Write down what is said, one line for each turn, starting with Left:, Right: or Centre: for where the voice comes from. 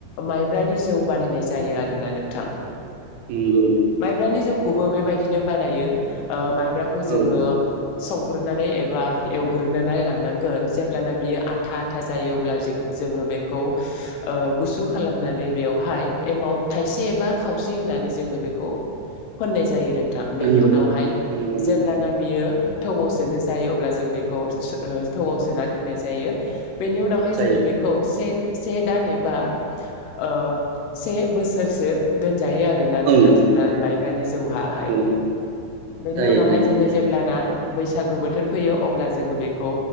Left: माइब्रानि जौ बानायनाय जायो आरोना नों थां
Right: नोंगौ
Left: माइब्रानि जौखौबो बेबायदिनो बानायो ओ माइ ब्राखौ जोङो
Right: औ
Left: संग्रोनानै एबा एवग्रोनानै लानांगोन जेब्लाना बियो आथा आथा जायो अब्ला जोङो बेखौ ओ गुसु खालामनानै बेवहाय एमाव थाइसे एबा खावसे होनानै जोङो बेखौ फोननाय जायो नों थां बेनि
Right: नंगौ
Left: उनावहाय
Right: नंगौ
Left: जेब्लाना
Right: नंगौ
Left: बियो थौआव सोनो जायो अब्ला जों बेखौ थौआव सोना दोननाय जायो बेनि उनावहाय
Right: जायो
Left: जोङो बेखौ से से दान एबा ओ से बोसोरसो जायो आरो ना नोंथां
Right: औ
Left: जोंना माइब्रानि जौवाहाय
Right: औ
Left: बेनि
Right: जायो
Left: उनावहाय
Right: जायो
Left: जोङो
Right: जायो
Left: जेब्लाना बैसागु बोथोर फैयो अब्ला जोङो बेखौ